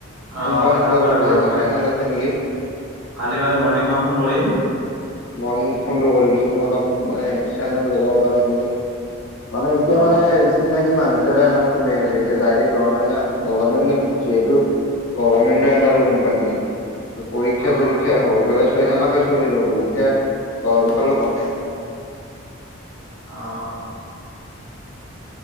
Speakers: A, on the right (about 85°); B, on the left (about 80°).
A: অহ
B: কোম্পানীত
A: কথা পাতব
B: লগত
A: লাগব
B: তেনেকুৱা
A: ৰ মই
B: চেনেল আছে নেকি।
A: কালি কালি মৰ্ণিং মই ফোন কৰিম
B: মন ফোনটো কৰিবিচোন অলপ মানে চেনেল লগাব। পাৰে নেকি। মানে এতিয়া
A: অহ
B: মানে চিনাকি মানুহ। নহয় সোমাই আছে এতিয়া ডাইৰেক্ট লৱা নাই না গভৰমেণ্টে যিহেতু গভৰমেণ্টেৰ
A: অহ
B: আন্দাৰ কোম্পানী। পৰীক্ষা-চৰীক্ষা
A: অহ
B: হৈ গলে সেনেকে চলি ল'ব এতিয়া গৰম প
A: অঁ।